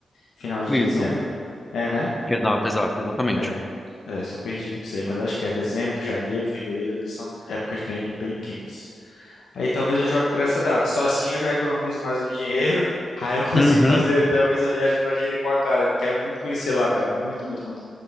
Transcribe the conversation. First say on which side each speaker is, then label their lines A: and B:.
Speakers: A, on the left; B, on the left.
A: Final de
B: Isso.
A: dezembro? É, né?
B: Exato, exato, exatamente.
A: É, é, sou perdido com isso aí, mas acho que é dezembro, janeiro, fevereiro, ali são épocas bem, bem quentes. Aí talvez eu jogue para essa data. Só assim eu já economizo mais um dinheiro. <laughs> Aí eu consigo
B: Uhum.
A: fazer talvez a viagem para Jericoacoara. Eu quero muito conhecer lá, cara. Muito, muito, muito.